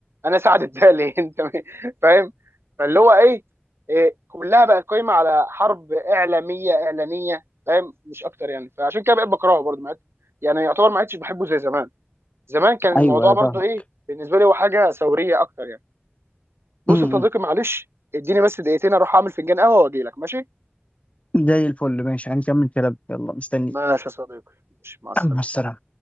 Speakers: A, on the right (about 90°); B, on the left (about 35°).
A: انا سعد الدالي <laughs> انت مين فاهم فاللي هو ايه, إيه كلها بقت قايمه على حرب اعلاميه اعلانيه فاهم مش اكتر يعني فعشان كده بقيت بكرهه برضه ما عدت- يعني يعتبر ما عدتش بحبه زي زمان زمان كان
B: ايوه
A: الموضوع
B: أيوة
A: برضه
B: فاهمك
A: ايه بالنسبه لي هو حاجه ثوريه اكتر يعني بص
B: <clears throat>
A: يا صديقي معلش اديني بس دقيقتين اروح اعمل فنجان قهوه واجي لك ماشي
B: زي الفل ماشي هنكمل كلام يلا مستني
A: ماشي يا صديقي ماشي مع السلامه
B: <clears throat> مع السلامة